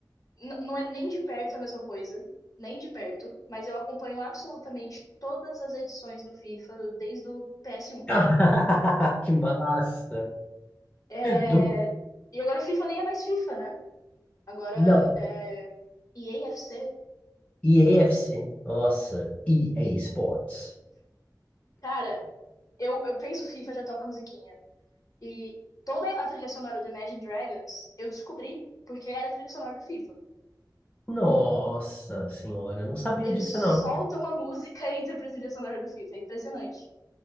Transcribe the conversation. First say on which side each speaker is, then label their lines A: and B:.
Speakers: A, on the left (about 50°); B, on the left (about 15°).
A: n- não é nem de perto a mesma coisa, nem de perto, mas eu acompanho absolutamente todas as edições do FIFA desde o PS1.
B: <laughs> Que massa!
A: É,
B: Do...
A: E agora o FIFA nem é mais FIFA, né? Agora
B: Não,
A: é EA FC.
B: EA FC. Nossa, EA Sports.
A: Cara, eu, eu penso FIFA, já toca a musiquinha. E toda a trilha sonora do Imagine Dragons eu descobri porque era a trilha sonora do FIFA.
B: Nossa senhora, eu não sabia
A: Eles
B: disso, não.
A: soltam a música <laughs> entre a trilha sonora do FIFA, é impressionante.